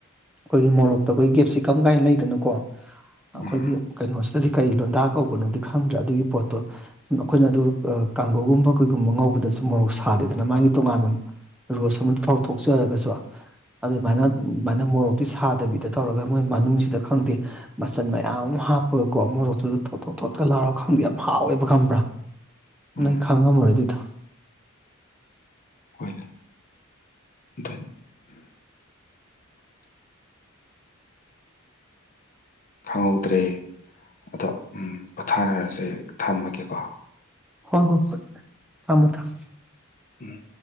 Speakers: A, in the centre; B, on the left.
A: ꯈꯣꯏꯒꯤ ꯃꯣꯔꯣꯛꯇ ꯈꯣꯏꯒꯤ ꯀꯦꯞꯁꯤꯀꯝ ꯀꯥꯏꯅ ꯂꯩꯗꯅꯀꯣ ꯑꯈꯣꯏꯒꯤ
B: ꯎꯝ
A: ꯀꯩꯅꯣꯁꯤꯗꯗꯤ ꯀꯔꯤ ꯂꯣꯟꯗꯥ ꯀꯧꯕꯅꯣꯗꯤ ꯈꯪꯗ꯭ꯔꯦ ꯑꯗꯨꯒꯤ ꯄꯣꯠꯇꯣ ꯁꯨꯝ ꯑꯈꯣꯏꯅ ꯑꯥ ꯑꯗꯨ ꯀꯥꯡꯒꯧꯒꯨꯝꯕ ꯀꯩꯒꯨꯝꯕ ꯉꯧꯕꯗꯁꯨ ꯃꯣꯔꯣꯛ ꯁꯥꯗꯦꯗꯅꯥ ꯃꯥꯒꯤ ꯇꯣꯉꯥꯟꯕ ꯔꯣꯁ ꯑꯃ ꯊꯣꯛ ꯊꯣꯛꯆꯥꯔꯒꯁꯨ ꯑꯗꯨ ꯃꯥꯏꯅ ꯃꯥꯏꯅ ꯃꯣꯔꯣꯛꯇꯤ ꯁꯥꯗꯕꯤꯗ ꯇꯧꯔꯒ ꯃꯣꯏ ꯃꯅꯨꯡꯖꯤꯗ ꯈꯪꯗꯦ ꯃꯆꯟ ꯃꯌꯥꯝ ꯑꯃ ꯍꯥꯞꯄꯒꯀꯣ ꯃꯣꯔꯣꯛꯇꯨꯗ ꯊꯣꯠ ꯊꯣꯠ ꯊꯣꯠꯀ ꯂꯥꯎꯔ ꯈꯪꯗꯦ ꯌꯥꯝ ꯍꯥꯎꯋꯦꯕ ꯈꯝꯕ꯭ꯔꯥ
B: ꯎꯝ
A: ꯅꯣꯏ ꯈꯉꯝꯃꯔꯣꯏ ꯗꯨꯗꯣ
B: ꯍꯣꯏꯅꯦ ꯗꯨꯅꯦ ꯈꯪꯍꯧꯗ꯭ꯔꯦ ꯑꯗꯣ ꯎꯝ ꯄꯣꯊꯥꯅꯔꯁꯦ ꯊꯝꯃꯒꯦꯀꯣ
A: ꯍꯣꯏ ꯍꯣꯏ ꯍꯣꯏ ꯊꯝꯃꯣ ꯊꯝꯃꯣ
B: ꯎꯝ